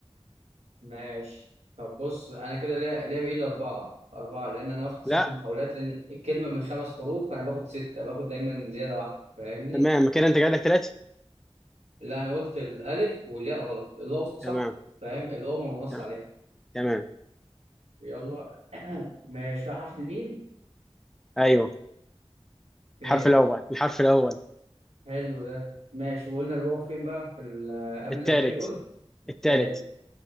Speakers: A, on the right (about 85°); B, in the centre.
A: ماشي طب بص انا كده ليا ليا بايد اربعه اربعه لان انا واخد ست
B: لا
A: محاولات لان الكلمه من خمس حروف فانا باخد سته باخد دايما زياده واحده فاهمني
B: تمام كده أنت جاي لك تلاتة
A: اللي انا قلت الالف والياء غلط الواو صح
B: تمام
A: فاهم الواو ما بنص
B: ت-
A: عليها
B: تمام
A: يلا ماشي في حرف الميم
B: أيوه
A: فين
B: الحرف الأول الحرف الأول
A: حلو ده ماشي وقلنا الواو فين بقى في ال- قبل
B: التالت
A: الاخير قلت التالت
B: التالت